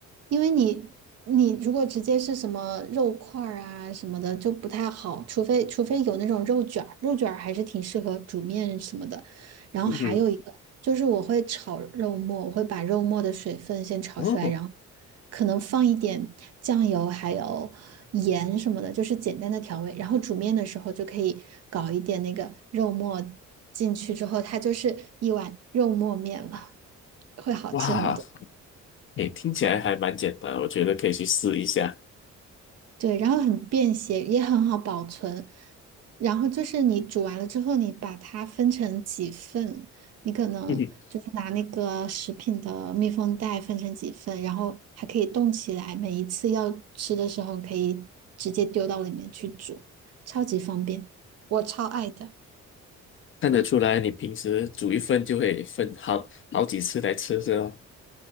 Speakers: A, on the right; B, on the left.
A: 因为你你如果直接是什么肉块儿啊什么的就不太好，除非除非有那种肉卷儿，肉卷儿还是挺适合煮面什么的。然后还有一个就是我会炒肉末，
B: 嗯哼，
A: 我会把肉末的水分先炒出来，
B: 哦，
A: 然后可能放一点酱油还有盐什么的，就是简单的调味。然后煮面的时候就可以搞一点那个肉末进去之后，它就是一碗肉末面了，会好吃很多。
B: 哇，诶，听起来还蛮简单，我觉得可以去试一下。
A: 对，然后很便携，也很好保存。然后就是你煮完了之后，你把它分成几份，你可能就是拿那个食品的密封袋分成几份，
B: 嗯哼，
A: 然后还可以冻起来，每一次要吃的时候可以直接丢到里面去煮，超级方便，我超爱的。
B: 看得出来你平时煮一份就会分好好几次来吃，是吧？